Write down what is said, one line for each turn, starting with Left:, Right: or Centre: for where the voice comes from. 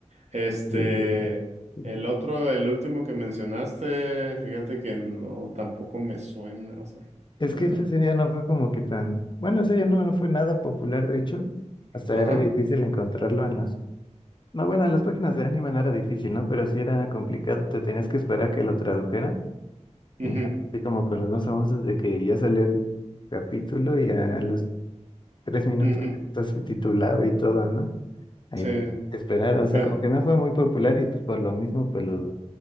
Right: Este,
Left: sí, sí, sí.
Right: el otro, el último que mencionaste, fíjate que no, tampoco me suena. o sea,
Left: Es
Right: eh,
Left: que esta serie no fue como que tan, bueno, esa serie no, no fue nada popular, de hecho, hasta
Right: ajá.
Left: era difícil encontrarlo en las No, bueno, en las páginas de anime no era difícil, ¿no? Pero sí era complicado, te tenías que esperar a que lo tradujeran.
Right: Ujú,
Left: Y así como con los más famosos de que ya salió el capítulo y a los tres minutos
Right: ujú,
Left: ya está subtitulado y todo, ¿no? Ahí
Right: sí.
Left: te, te esperaron, o sea,
Right: eh,
Left: como que no fue muy popular y pues por lo mismo pues lo